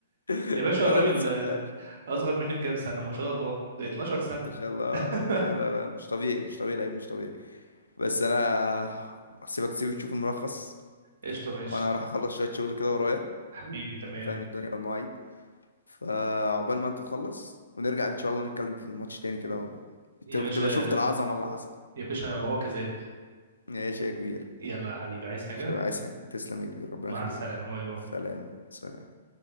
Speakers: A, on the left; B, on the right.
A: <laughs>
B: يا باشا
A: الولد
B: الراجل
A: لسه هتلاقي
B: اصغر مني بكام سنه ما شاء الله ده 12 سنه
A: ما شاء الله
B: <laughs>
A: لا لا لا مش طبيعي مش طبيعي لعيب مش طبيعي بس انا هسيبك تسيب تشوف الملخص
B: قشطه ماشي
A: وانا راح اخلص شويه شغل كده ورايا
B: حبيبي تمام
A: انت فاهم الدنيا والمواعيد فعقبال ما انت تخلص ونرجع ان شاء الله نتكلم في الماتش تاني كده و...
B: يا
A: ت- تبقى
B: باشا
A: شفت العظمه اللي حصل
B: يا باشا وهو كذلك
A: ماشي يا كبير
B: يلا يا حبيبي عايز حاجة
A: ماشي يا عايز حاجة. تسلم يا كبير ربنا
B: مع
A: يخليك
B: السلامة باي باي
A: سلام سلام